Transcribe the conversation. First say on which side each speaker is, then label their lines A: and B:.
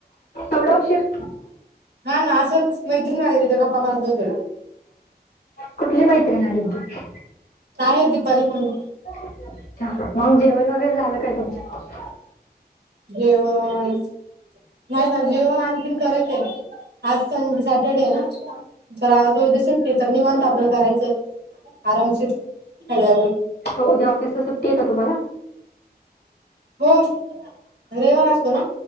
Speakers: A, on the left (about 70°); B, on the right (about 80°).
A: एवढा उशीर.
B: हा ना असच मैत्रीन आलेली. गप्पा मारत जरा.
A: कुठली मैत्रीन आली होती.
B: काय दीपाली म्हणून
A: अच्छा, मग जेवण वगैरे झालं काय तुमच.
B: जेवण, नाही ना जेवण आणखीन करायचंय. आज संडे सॅटर्डेय ना. तर आज उद्या सुट्टी. तर निवांत आपलं करायचं. आरामशीर सगळ्या गोष्टी.
A: हो उद्या ऑफिसला सुट्टीय का तुम्हाला?
B: हो रविवार असतो ना.